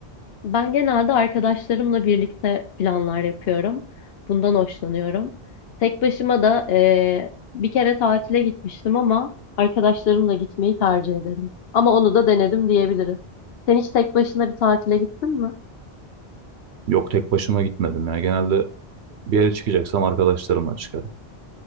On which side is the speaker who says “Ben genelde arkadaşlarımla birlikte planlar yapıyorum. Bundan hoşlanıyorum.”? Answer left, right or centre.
Left